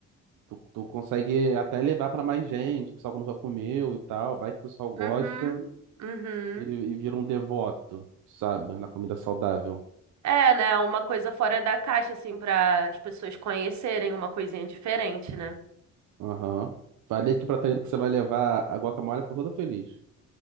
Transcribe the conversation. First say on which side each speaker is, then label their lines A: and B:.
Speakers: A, on the right; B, on the right.
A: tu, tu consegue até levar para mais gente, o pessoal que nunca comeu e tal, vai que o pessoal gosta.
B: Uhum, uhum.
A: E, e vira um devoto, sabe? Na comida saudável.
B: É, né? Uma coisa fora da caixa, assim, para as pessoas conhecerem uma coisinha diferente, né?
A: Aham. Falei aqui pra Thaíra que você vai levar a guacamole, ficou toda feliz.